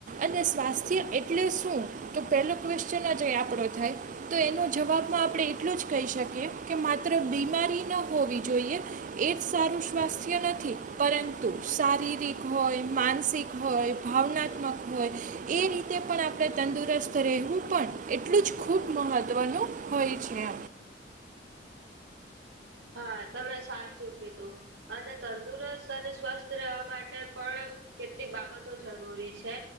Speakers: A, on the right (about 45°); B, on the right (about 75°).
A: અને સ્વાસ્થ્ય એટલે શું? તો પેલો ક્વેશ્ચન જ એ આપણો થાય- તો એનો જવાબમાં આપડે એટલું જ કહી શકીએ કે માત્ર બીમારી ન હોવી જોઈએ. એ જ સારું સ્વાસ્થ્ય નથી પરંતુ શારીરિક હોય, માનસિક હોય, ભાવનાત્મક હોય એ રીતે પણ આપડે તંદુરસ્ત રહેવું પણ એટલું જ ખૂબ મહત્ત્વનું હોય છે.
B: હા તમે સાચું કીધું અને તંદુરસ્ત અને સ્વસ્થ રહેવા માટે પણ કેટલીક બાબતો જરૂરી છે